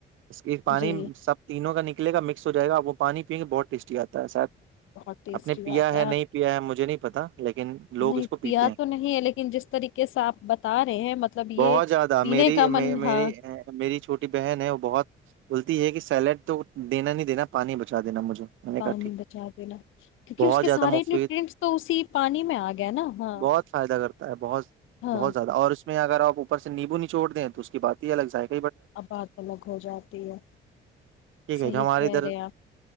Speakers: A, on the right (about 80°); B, on the left (about 85°).
A: اس کی پانی
B: جی
A: سب کا کے مکس ہو جائےا وہ پانی پئ بہت ٹیسٹی آتا ہے سید
B: بہت ٹیسٹی
A: اپ نے پیا
B: بات
A: ہے نہیں پیا ہے مجھے نہیں پتاتہ <inaudible> لیکن لوگ
B: نہیں
A: اس کو پیتے
B: پیا
A: ہیں
B: تو نہیں ہے لیکن جس طریقے سے آپ بتا رہے ہیں مطلب یہ
A: بہت زیادہ
B: پینے
A: میری
B: کا
A: می
B: من ہاں
A: میری چھوٹی بہن ہے وہ بہت التی یہ ہے کہ سیلیڈ تو دینا نہیں دینا پانی بچا دینا مجھے میں نے
B: پانی
A: کہا ٹھیک
B: بچا دینا کیونکہ
A: بہت
B: اس کے
A: زیادہ
B: سارے
A: مفید
B: نیوٹرینٹس تو اسی پانی میں آ گیا نا ہاں
A: بہت فائدہ کرتا بہت
B: ہاں
A: بہت زیادہ اور اس میں اگر آپوپر سے نیبو نچوڑ دیں تو اس کی بات ہی الگ جائے گا
B: ابات الگ ہو جاتی ہے
A: ٹھیک
B: صحیح
A: ہے جو ہمارے
B: کہہ
A: ادھر
B: رہے ہیں آپ